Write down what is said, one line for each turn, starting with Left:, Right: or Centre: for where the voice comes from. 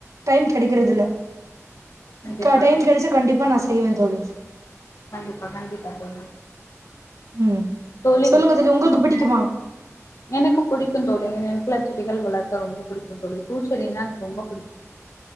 Right: டைம் கெடைக்கறது இல்ல
Left: கண்டிப்பா
Right: க டைம்
Left: தோழி
Right: கெடைச்சா கண்டிப்பா நா செ செய்வந்தோழி
Left: கண்டிப்பா கண்டிப்பா தோழி
Right: ம்
Left: தோழி
Right: சொல்லுங்க உங்களுக்கு
Left: நீங்
Right: பிடிக்குமா
Left: எனக்கு புடிக்கு தோழி எனக்குல்லா செடிகள் வளர்க்க ரொம்ப புடிக்கு தோழி பூச்செடின்னா எனக்கு ரொம்ப புடிக்கு